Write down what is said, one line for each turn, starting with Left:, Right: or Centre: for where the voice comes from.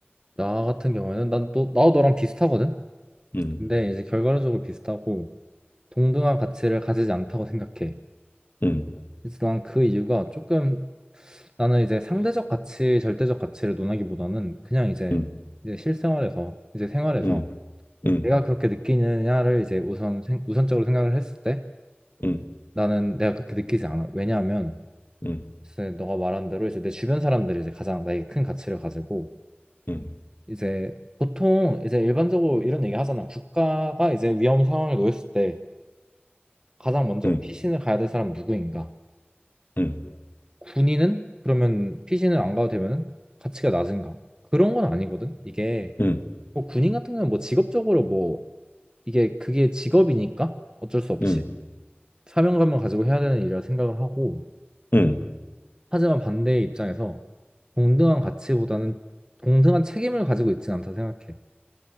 Right: 나 같은 경우에는 난 너, 나도 너랑 비슷하거든.
Left: 음,
Right: 근데 이제 결과론적으로 비슷하고 동등한 가치를 가지지 않다고 생각해.
Left: 음,
Right: 그래서 난 그 이유가 조금 나는 이제 상대적 가치, 절대적 가치를 논하기보다는 그냥 이제
Left: 음,
Right: 이제 실생활에서 이제 생활에서
Left: 음, 음,
Right: 내가 그렇게 느끼느냐를 이제 우선 생- 우선적으로 생각을 했을 때
Left: 음,
Right: 나는 내가 그렇게 느끼지 않아. 왜냐하면
Left: 음,
Right: 글쎄, 너가 말한 대로 이제 내 주변 사람들이 이제 가장 나에게 큰 가치를 가지고
Left: 음,
Right: 이제 보통 이제 일반적으로 이런 얘기 하잖아. 국가가 이제 위험 상황에 놓였을 때 가장 먼저
Left: 음,
Right: 피신을 가야 될 사람은 누구인가?
Left: 음,
Right: 군인은 그러면 피신을 안 가도 되면은 가치가 낮은가? 그런 건 아니거든. 이게
Left: 음,
Right: 뭐 군인 같은 경우는 뭐 직업적으로 뭐 이게 그게 직업이니까 어쩔 수 없이
Left: 음,
Right: 사명감을 가지고 해야 되는 일이라 생각을 하고
Left: 음,
Right: 하지만 반대의 입장에서 동등한 가치보다는 동등한 책임을 가지고 있지는 않다 생각해.